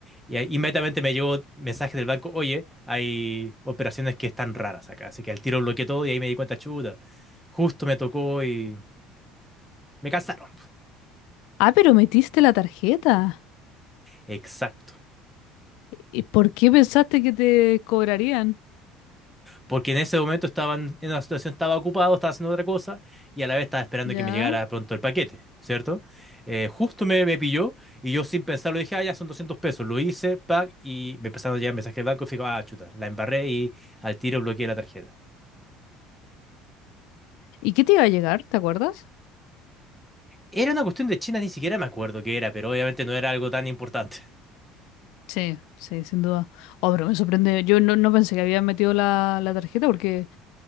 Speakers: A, in the centre; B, on the left.
A: y ahí inmediatamente me llegó mensaje del banco, oye, hay operaciones que están raras acá, así que al tiro bloqueé todo y ahí me di cuenta, chuta, justo me tocó y me cansaron.
B: Ah, pero metiste la tarjeta.
A: Exacto.
B: ¿Y por qué pensaste que te cobrarían?
A: Porque en ese momento estaban en una situación, estaba ocupado, estaba haciendo otra cosa y a la vez estaba esperando
B: Ya.
A: que me llegara pronto el paquete, ¿cierto? Eh, justo me, me pilló y yo sin pensarlo dije, ah, ya son 200 pesos. Lo hice, pack, y me empezaron a llegar mensajes del banco y fijo, ah, chuta, la embarré y al tiro bloqueé la tarjeta.
B: ¿Y qué te iba a llegar? ¿Te acuerdas?
A: Era una cuestión de China, ni siquiera me acuerdo qué era, pero obviamente no era algo tan importante. <laughs>
B: Sí, sí, sin duda. Oh, pero me sorprende. Yo no, no pensé que había metido la, la tarjeta porque